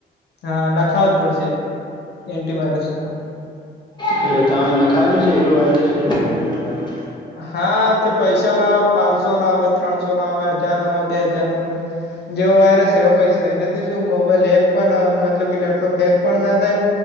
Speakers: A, on the left; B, on the left.
A: હા. નખાવું જ પડશે એન્ટી વાયરસ તો.
B: એટલે તમે નખાયેલો છે <unintelligible> વાયરસ કે નહીં નખાયો?
A: હા. તે પૈસા ના આવે, પાંસો નો આવે, ત્રણસો નો આવે, હજાર નો આવે, બે હજાર નો આવે. જેવો વાયરસ એવા પૈસા. એનાથી શું મોબાઈલ હેક પણ અહ મતલબ કે લેપટોપ હેક પણ ના થાય.